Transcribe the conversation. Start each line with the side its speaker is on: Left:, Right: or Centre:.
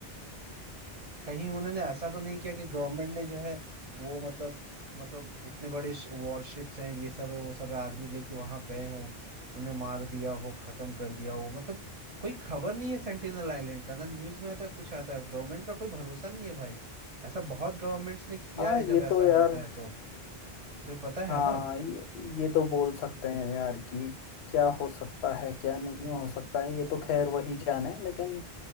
Right: कहीं उन्होंने ऐसा तो नहीं किया कि गवर्नमेंट ने जो है वो मतलब मतलब इतने बड़े वॉरशिप्स हैं ये सब है वो सब है आर्मी लेके वहां गए हो उन्हें मार दिया हो खत्म कर दिया हो मतलब कोई खबर नहीं है सेंटिनल आइलैंड का ना न्यूज में आता है कुछ आता है गवर्नमेंट का कोई भरोसा नहीं है भाई ऐसा बहुत गवर्नमेंट्स ने किया
Left: हाँ
Right: है
Left: ये
Right: जब ऐसा
Left: तो
Right: होता
Left: यार
Right: है तो तो ये पता है
Left: हाँ
Right: ना
Left: ये, ये तो बोल सकते हैं यार कि क्या हो सकता है क्या नहीं हो सकता है ये तो खैर वही जाने लेकिन